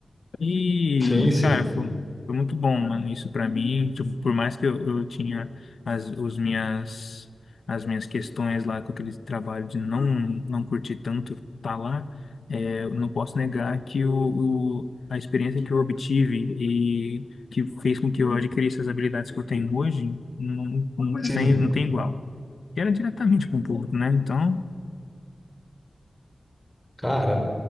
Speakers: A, on the left; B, in the centre.
A: E,
B: sim, sim,
A: cara, foi, foi muito bom, mano, isso pra mim. Tipo, por mais que eu, eu tinha as, os minhas, as minhas questões lá com aquele trabalho de não, não curtir tanto tá lá, é, eu não posso negar que o, o- a experiência que eu obtive e que fez com que eu adquirisse as habilidades que eu tenho hoje, não, não
B: sim.
A: tem, não tem igual. E era diretamente com o público, né? Então,
B: Cara,